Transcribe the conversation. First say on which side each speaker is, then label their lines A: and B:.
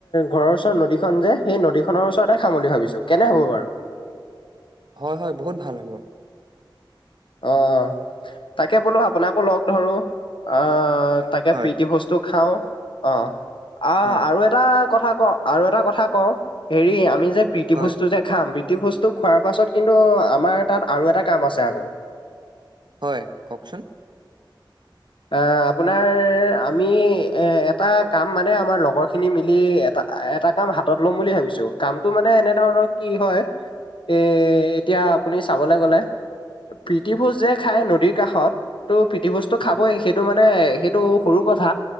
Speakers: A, on the left; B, on the right.
A: ঘৰৰ ওচৰ নদীখন যে সেই নদীখনৰ ওচৰতে খাম বুলি ভাবিছো কেনে হ'ব। বাৰু
B: হয় হয় বহুত ভাল হ'ব।
A: অ তাকে বোলো আপোনাকো লগ ধৰো। অ তাকে
B: হয়
A: প্ৰীতি বস্তু খাওঁ অ আহ
B: হয়
A: আৰু এটা এটা কথা ক আৰু এটা কথা ক হেৰি আমি যে প্ৰীতিভোস্তু,
B: হয়
A: যে খাম। বস্তু খোৱাৰ পাছত কিন্তু আমাৰ তাত আৰু এটা কাম আছে আকৌ।
B: হয় কওঁকচোন?
A: অ আপোনাৰ আমি এ এটা কাম মানে আমাৰ লগৰ খিনি মিলি এটা এটা কাম হাতত ল'ম বুলি ভাবিছো কামটো মানে এনে ধৰণৰ কি হয়। এ এতিয়া আপুনি চাবলৈ গ'লে। প্ৰীতিভোজ যে খাই নদীৰ কাষত ত' প্ৰীতিভোজ।
B: হয়
A: খাবই সেইটো মানে সেইটো সৰু কথা